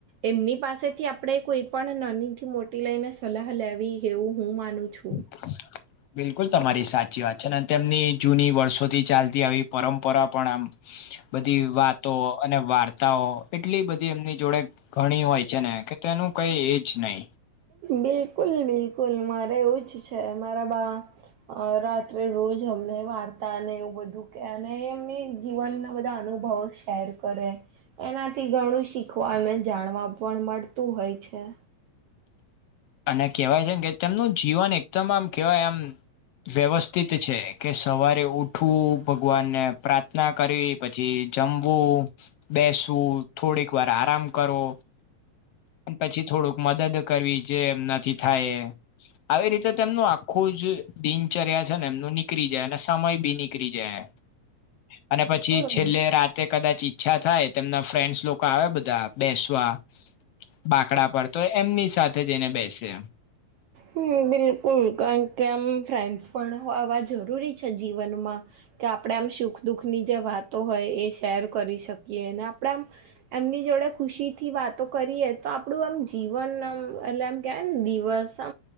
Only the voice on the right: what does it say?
એમની પાસેથી આપણે કોઈ પણ નાની થી મોટી લઈને સલાહ લેવી એવું હું માનું છું.
બિલકુલ બિલકુલ મારે એવું જ છે મારા બાત આપ રોજ અમને વાર્તા અને એવું બધું કે અને એમને જીવનના બધા અનુભવો શેર કરે એનાથી ઘણું શીખવા અને જાણવા પણ મળતું હોય છે.
હમ
હુ બિલકુલ કારણ કે આમ ફ્રેન્ડસ પણ આવા જરૂરી છે, જીવનમાં કે આપણે આમ સુખ દુઃખની જે વાતો હોય એ શેર કરી શકીએ ને આપણે આમ એમની જોડે ખુશીથી વાતો કરીએ તો આપણું આમ જીવન આમ એટલે એમ કહેવાય ને દિવસ અ